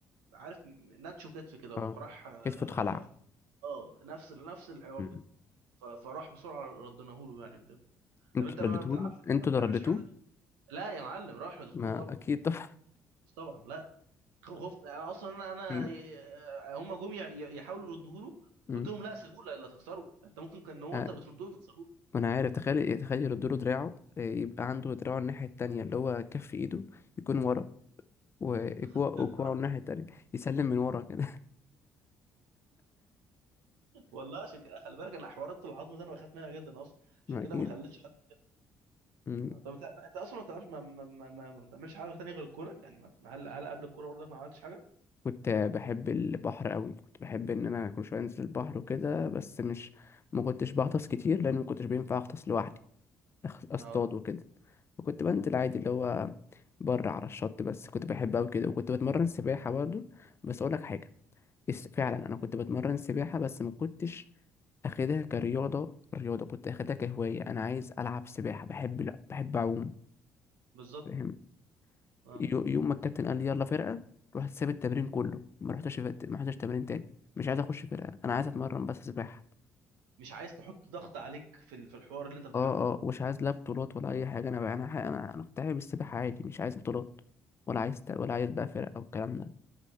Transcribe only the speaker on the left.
اه
كتفه اتخلع
مم.
انتوا
اللي
رديتوا
له
انتوا
اللي رديتوه
ما
اكيد طبعا
<laughs> اكيد
مم.
آه،
ما انا عارف تخيل تخيل يردوا له دراعه آه، يبقى عنده دراعه الناحيه التانية اللي هو كف ايده يكون ورا وكوعه
وكوعه الناحيه التانية يسلم من ورا كده
<laughs> ما
اكيد
مم.
كنت بحب البحر قوي كنت بحب ان انا كل شويه انزل البحر وكده بس مش ما كنتش بغطس كتير لان ما كنتش بينفع اغطس لوحدي أخ- اصطاد
وكده فكنت بنزل عادي اللي هو بره على الشط بس كنت بحب أوي كده وكنت بتمرن سباحة برضه بس أقولك حاجة الس- فعلا
أنا كنت بتمرن سباحة بس ما كنتش أخدها كرياضة رياضة كنت أخدها كهواية أنا عايز ألعب سباحة بحب لا بحب أعوم
فاهم
يو- يوم ما الكابتن قال لي يلا فرقة رحت ساب التمرين كله ما رحتش فت- ما رحتش تمرين تاني مش عايز أخش فرقة أنا عايز أتمرن بس سباحة
اه اه مش عايز لا بطولات ولا اي حاجه انا بقى انا حي- انا انا كنت حابب السباحه عادي مش عايز بطولات ولا عايز ت- ولا عايز بقى فرق او الكلام ده